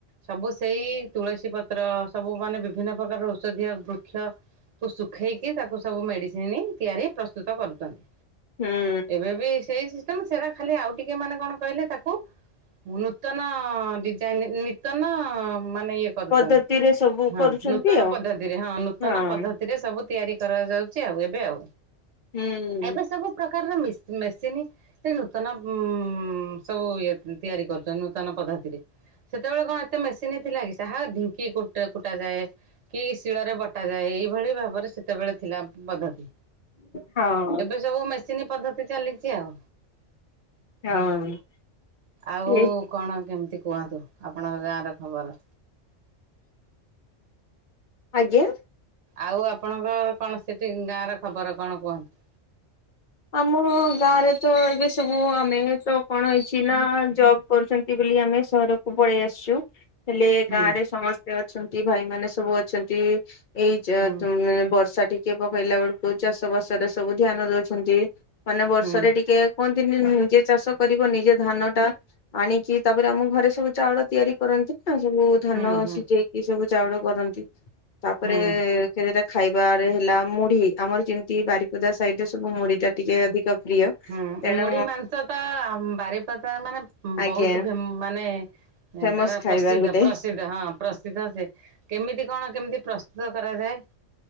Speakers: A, on the right; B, on the left.
A: ସବୁ ସେଇ ତୁଳସୀ ପତ୍ର ସବୁ ମାନେ ବିଭିନ୍ନ ପ୍ରକାର ଔଷଧୀୟ ବୃକ୍ଷ କୁ ଶୁଖେଇକି ତାକୁ ସବୁ ମେଡିସିନି ତିଆରି ପ୍ରସ୍ତୁତ କରୁଚନ୍ତି।
B: ହୁଁ
A: ଏବେ ବି ସେଇ ସିଷ୍ଟମ ସେଟା ଖାଲି ଆଉ ଟିକେ ମାନେ କଣ କହିଲେ ତାକୁ <unintelligible> ନୂତନ ଡିଜାଇନ ନିତନ ମାନେ ଇଏ କରୁଚନ୍ତି
B: ପଦ୍ଧତିରେ ସବୁ
A: ହଁ
B: କରୁଛନ୍ତି
A: ନୂତନ
B: ଆଉ
A: ପଦ୍ଧତିରେ ହଁ ନୂତନ
B: ହଁ
A: ପଦ୍ଧ ଥିରେ ସବୁ ତିଆରି କରାଯାଉଚି ଆଉ ଏବେ ଆଉ
B: ହୁଁ।
A: ଏବେ ସବୁ ପ୍ରକାରର ମିସି ମେସିନ ସେ ନୂତନ ଉ ସବୁ ଇଏ ତିଆରି କରୁଚନ୍ତି ନୂତନ ପଦ୍ଧତିରେ। <unintelligible> ବେଳେ କଣ ଏତେ ମେସିନ ଥିଲା କି ସାହା ଢିଙ୍କି କୁଟା କୁଟା ଯାଏ। କି ଶିଳରେ ବଟାଯାଏ ଏଇଭଳି ଭାବରେ ସେତେବେଳେ ଥିଲା ବଦ୍ଧତି
B: ହଁ।
A: ଏବେ ସବୁ ମେସିନ ପଦ୍ଧତି ଚାଲିଚି ଆଉ।
B: ହଁ
A: ଆଉ
B: ଏଇ
A: କଣ କେମିତି କୁହନ୍ତୁ। ଆପଣଙ୍କ ଗାଁର ଖବର।
B: ଆଜ୍ଞା।
A: ଆଉ ଆପଣଙ୍କ କଣ ସେଠି ଗାଁ ର ଖବର କଣ କୁହନ୍ତୁ।
B: ଆମ ଗାଁ ରେ ତ ଏବେ ସବୁ ଆମେ ତ କଣ ହେଇଛି ନା ଜବ୍ କରୁଚନ୍ତି <unintelligible> ଆମେ ସହରକୁ ପଳେଇ ଆସଚୁ ହେଲେ
A: ହୁଁ
B: ଗାଁ ରେ ସମସ <unintelligible> ଅଛନ୍ତି ଭାଇମାନେ ସବୁ ଅଛନ୍ତି ଏଇ ଜ
A: ହୁଁ
B: ତୁ ମାନେ ବର୍ଷା ଟି କିଏ ପକେଇଲା ବେଳକୁ ଚାଷ ବାସ ରେ ସବୁ ଧ୍ୟାନ ଦଉଚନ୍ତି ମାନେ ବର୍ଷରେ
A: ହୁଁ
B: ଟିକେ କୁହନ୍ତିନି ଯିଏ ଚାଷ କରିବ ନିଜେ ଧାନ ଟା ଆନିକି ତାପରେ ଆମ ଘରେ ସବୁ ଚାଉଳ ତିଆରି କରନ୍ତି ନା ସବୁ ଧାନ
A: ହୁଁ ହୁଁ
B: ସିଝେଇକି ସବୁ ଚାଉଳ କରନ୍ତି ତାପରେ
A: ହୁଁ।
B: <unintelligible> ଖାଇବାରେ ହେଲା ମୁଢି ଆମର ଯେମିତି ବାରିପଦା ସାଇଡରେ ସ ମୁଢି ଟା ଟିକେ ଅଧିକ ପ୍ରିୟ।
A: ହୁଁ
B: ତେଣୁ
A: ମୁଢି ମାଂସ ତ ଆ ମ ବାରିପଦା ମାନେ ବହୁତ
B: ଆଜ୍ଞା
A: ଫେମ ମାନେ <unintelligible>
B: ଫେମସ
A: ତାର
B: ଖାଇବା
A: ପ୍ରସିଦ୍ଧ
B: ଗୋଟେ
A: ପ୍ରସି ହଁ ପ୍ରସିଦ୍ଧ ଯେ କେମିତି କଣ କେମିତି ପ୍ରସ୍ତୁତ କରାଯାଏ?